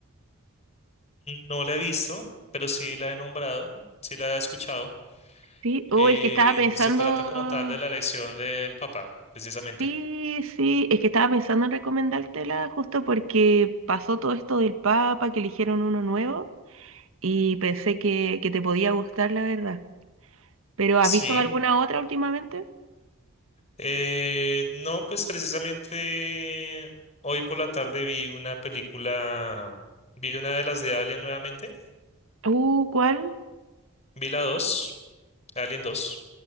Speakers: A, on the left; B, on the right.
A: No la he visto, pero sí la he nombrado, sí la he escuchado.
B: Sí.
A: Eh,
B: Oh, es que estaba pensando.
A: se trata como tal de la elección del Papa, precisamente.
B: Sí, sí, es que estaba pensando en recomendártela justo porque pasó todo esto del Papa, que eligieron uno nuevo y pensé que, que te podía gustar, la verdad. ¿Pero has
A: Sí.
B: visto alguna otra últimamente?
A: Eh, no, pues precisamente hoy por la tarde vi una película, vi una de las de Alien nuevamente,
B: Uh, ¿cuál?
A: vi la 2, Alien 2.